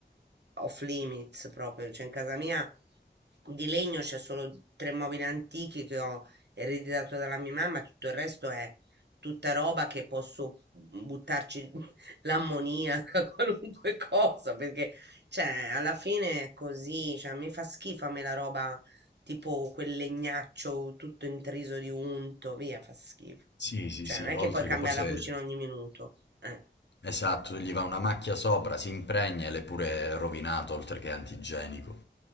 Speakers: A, on the right (about 65°); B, on the left (about 70°).
A: off limits proprio, cioè in casa mia di legno c'è solo tre mobili antichi che ho ereditato dalla mia mamma, tutto il resto è tutta roba che posso buttarci <laughs> l'ammoniaca, <laughs> qualunque cosa, perché cioè, alla fine è così, cioè, mi fa schifo a me la roba tipo quel legnaccio tutto intriso di unto, via, fa schifo.
B: Sì, sì,
A: Cioè,
B: sì,
A: non è
B: oltre
A: che puoi cambiare
B: che poi se...
A: la cucina ogni minuto. Eh,
B: Esatto, gli va una macchia sopra, si impregna e l'è pure rovinato, oltre che antigenico.